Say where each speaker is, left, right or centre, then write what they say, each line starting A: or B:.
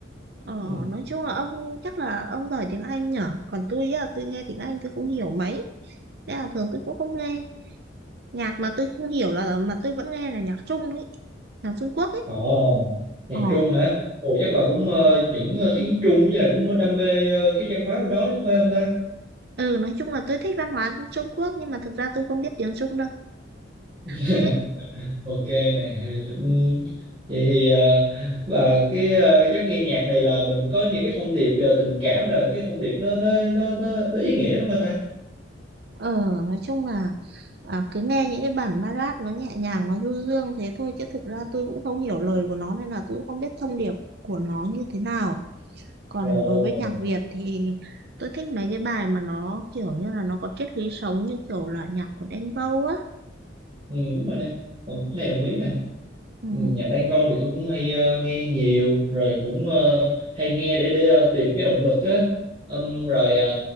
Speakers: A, on the right; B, on the right.
A: Ờ,
B: Ừ.
A: nói chung là ông chắc là ông giỏi tiếng Anh nhở? Còn tôi á, tôi nghe tiếng Anh tôi không hiểu mấy. Thế là thường tôi cũng không nghe. nhạc mà tôi không hiểu là mà tôi vẫn nghe là nhạc Trung ấy nhạc Trung Quốc ấy
B: Ồ, nhạc
A: Ờ,
B: Trung hả? Ồ, chắc bà cũng ờ, những ờ, tiếng Trung với lại cũng đam mê ờ, cái văn hóa bên đó lúc phải không ta?
A: ừ nói chung là tôi thích văn hóa Trung Quốc nhưng mà thực ra tôi không biết tiếng Trung đâu
B: <laughs>
A: tôi
B: Ok nè. ừm, Vậy thì ờ, và cái ờ, chắc nghe nhạc này là mình có những cái thông điệp ờ, tình cảm là cái thông điệp nó nó nó nó, nó ý nghĩa lắm hả ta?
A: ờ nói chung là à, cứ nghe những cái bản ballad nó nhẹ nhàng nó du dương thế thôi chứ thực ra tôi cũng không hiểu lời của nó nên là tôi cũng không biết thông điệp của nó như thế nào còn
B: Ồ,
A: đối với nhạc Việt thì tôi thích mấy cái bài mà nó kiểu như là nó có triết lý sống như kiểu là nhạc của Đen Vâu á
B: ừ, đúng rồi nè. Ừ, cái này đồng ý nè.
A: ừ.
B: Ừ, nhạc Đan Vâu thì tôi cũng hay ờ, nghe nhiều rồi cũng ờ, hay nghe để để ờ, tìm cái động lực á. Ừm, rồi ờ,